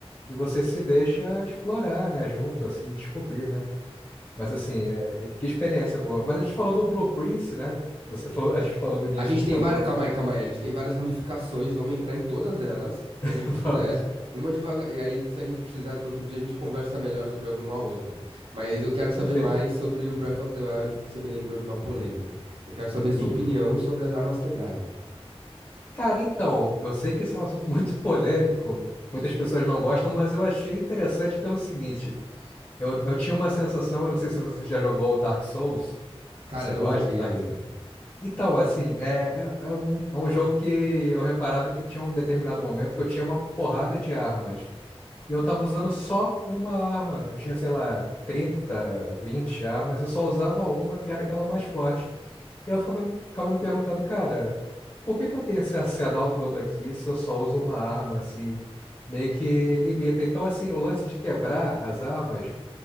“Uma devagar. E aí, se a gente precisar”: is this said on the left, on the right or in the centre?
Right